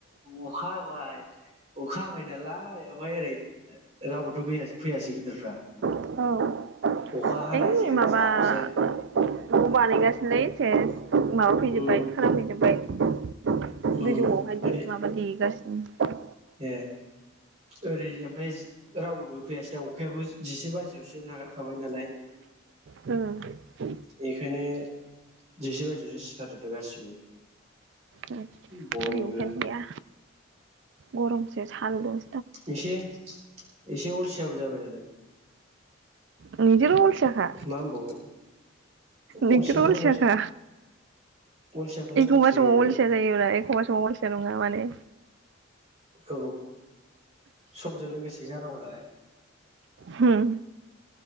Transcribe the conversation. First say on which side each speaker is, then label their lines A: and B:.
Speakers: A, on the right; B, on the right.
A: अखा हाबाय अखा हाबाय नालाय ओमफ्राय ओरै रावबोथ' गैया फैयासै गिदिरफ्रा।
B: औ
A: अखा
B: <unintelligible>
A: हानायजों
B: माबा
A: जाबजों
B: न' बानायगासिनोलै सेस माबाफैजोब्बाय
A: उम
B: खोनाफैजोबबाय। गोजौ
A: उम
B: आवहाय
A: ओरै
B: माबा देगासिनो।
A: ए ओरै <unintelligible> रावबो बो फैयासै दा अखायाबो जिसे बाजियावसो नागारखाबाय नालाय।
B: उम
A: बेखायनो जिसे बाजियावसो सिखारजोब्बाय गासिबो।
B: ओरै
A: बयबो
B: अखा यानो गैया। गरमसो सान्दुं
A: एसे एसे उलसाबो जाबाय <unintelligible>
B: <unintelligible> र अलसियाखा
A: मा होनबावनो अलसियाखौनो
B: निजोर अलसियाखा
A: होनांसिगोन अलसियाखौनो होनांसिगोन
B: एखमबा समाव अलसिया जायोब्ला एखमबा समाव अलसिया अलसिया नङा माने
A: औ समजों लोगोसे जानांगौ नालाय।
B: होम